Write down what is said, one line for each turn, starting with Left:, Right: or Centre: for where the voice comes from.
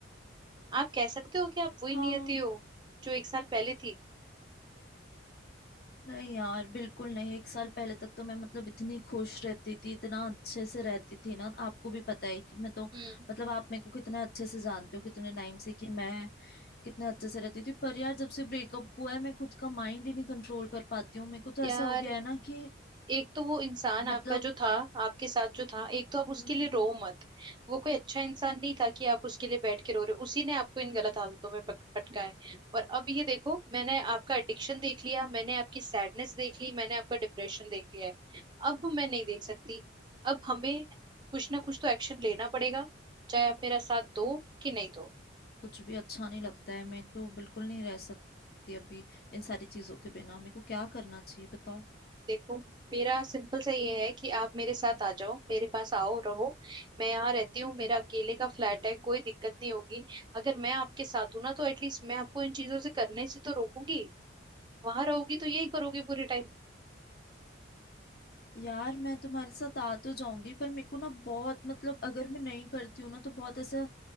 Right: आप कह सकते हो कि आप वही
Left: हाँ
Right: नियति हो जो एक साल पहले थी
Left: नहीं यार बिल्कुल नहीं एक साल पहले तक तो मैं मतलब इतनी खुश रहती थी इतना अच्छे से रहती थी ना आपको भी पता है कि मैं तो
Right: हम्म
Left: मतलब आप मेरे को कितना अच्छे से जानते हो कितने टाइम से कि मैं कितने अच्छे से रहती थी पर यार जब से ब्रेकअप हुआ है मैं खुद का माइंड ही नहीं कंट्रोल कर पाती हूँ मेरे को तो
Right: यार
Left: ऐसा हो गया है ना कि
Right: एक तो वो इंसान आपका
Left: मतलब
Right: जो था आपके साथ जो था एक तो आप उसके
Left: हम्म,
Right: लिए
Left: हम्म,
Right: रो मत वो कोई अच्छा इंसान नहीं था कि आप उसके लिए बैठ के रो रहे हो उसी ने आपको इन गलत आदतों में पट- पटका है और अब ये देखो मैंने आपका एडिक्शन देख लिया मैंने आपकी सैडनेस देख ली मैंने आपका डिप्रेशन देख लिया है अब मैं नहीं देख सकती अब हमें कुछ ना कुछ तो एक्शन लेना पड़ेगा चाहे आप मेरा साथ दो कि नहीं दो
Left: कुछ भी अच्छा नहीं लगता है मैं तो बिल्कुल नहीं रह सकती अभी इन सारी चीजों के बिना मेरे को क्या करना चाहिए बताओ
Right: देखो मेरा सिंपल सा ये है कि आप मेरे साथ आ जाओ मेरे पास आओ रहो मैं यहाँ रहती हूँ मेरा अकेले का फ्लैट है कोई दिक्कत नहीं होगी अगर मैं आपके साथ हूँ ना तो एटलीस्ट मैं आपको इन चीजों से करने से तो रोकूंगी वहां रहोगी तो यही करोगे पूरे टाइम
Left: यार मैं तुम्हारे साथ आ तो जाऊंगी पर मेरे को ना बहुत मतलब अगर मैं नहीं करती हूँ ना तो बहुत ऐसा